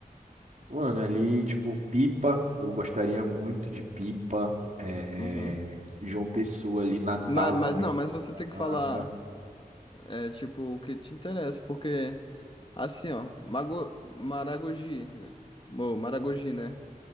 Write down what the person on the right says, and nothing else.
Mano, ali, tipo, Pipa, eu gostaria muito de Pipa. É...
João Pessoa ali, Natal
também,
seria
massa.